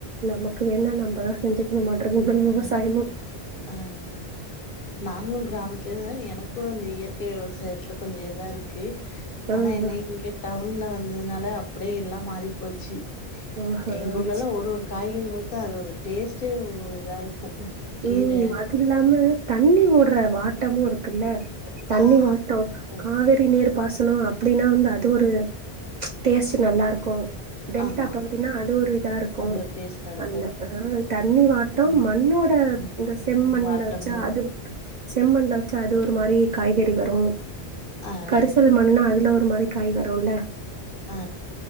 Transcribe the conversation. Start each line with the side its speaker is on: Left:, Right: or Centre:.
Right: நமக் கு என்னனா நம்மதா செஞ்சு ரொமாட்டர் கம்பல்
Left: ஆ
Right: விவசாயமு
Left: ஆ நாங்களு கிராமத்துல தா எனக்கு அந்த இயற்கை விவசாயத்துல கொஞ்ச இதா இருக்கு
Right: ஆ
Left: ஆனா என்ன
Right: ஆ
Left: இங்க டவுன்ல வந்ததுனால அப்டியே எல்லா மாறி போச்சு
Right: ஆஹா
Left: எங்க ஊர்லல்லா
Right: செ
Left: ஒரு ஒரு காய்கறி வந் <unintelligible> அதோட டேஸ்ட்டே ஒரு இதா இருக்கு கீர
Right: உ அது இல்லாம தண்ணி ஓடுற வாட்டமு இருக் குல்ல தண்ணி
Left: ஆ
Right: வாட்டோ
Left: ஓ
Right: காவெரி நீர் பாசனொ அப்டின்னா வந்து அது ஒரு டேஸ்ட்டு நல்லா இருக்கு டெல்டா
Left: ஆமா
Right: பகுதின்னா அது ஒரு இதா இருக்கு
Left: அது ஒரு டேஸ்ட்டா இருக்கு
Right: அந்த ஆ தண்ணி வாட்டோ
Left: ஆ
Right: மண்ணோட ஹு
Left: ஆ
Right: இந்த செம்மண்ல
Left: வட்டம்னா
Right: வச்சா அது செம்மண்ல வச்சா அது ஒரு மாரி காய்கறி வரு
Left: ஆ
Right: கரிசல் மண்ணுனா அது ந்த ஒரு மாரி காய் வருல
Left: ஆ